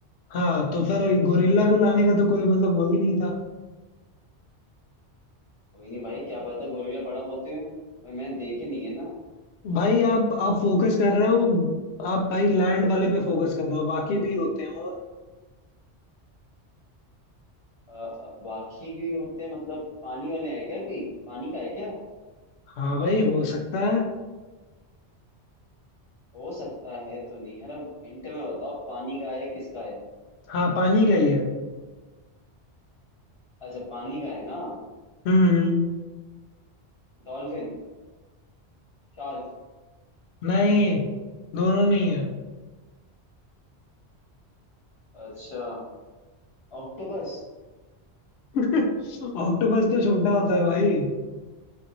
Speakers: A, on the left (about 75°); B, on the left (about 35°).
A: हाँ तो फिर गोरिल्ला को लाने
B: ओके
A: का तो कोई मतलब वही नहीं था
B: कोई नहीं भाई क्या पता गोरिल्ला बड़ा होते हो भाई मैंने देखे नहीं है ना
A: भाई आप आप फोकस कर
B: इसलिए
A: रहे हो आप भाई लैंड वाले पे फोकस कर रहे हो बाकी भी होते हैं और
B: अ, अ, बाकी भी होते हैं मतलब पानी वाले हैं क्या कोई पानी का है क्या
A: हाँ भाई हो सकता है
B: हो सकता है तो नहीं अरे हिंट में बताओ पानी का है किसका है
A: हाँ पानी का ही है
B: अच्छा पानी का है ना
A: हम्म
B: डॉल्फिन शार्क
A: नहीं दोनों नहीं है
B: अच्छा ऑक्टोपस
A: ऑक्टोपस
B: नहीं
A: तो छोटा होता है भाई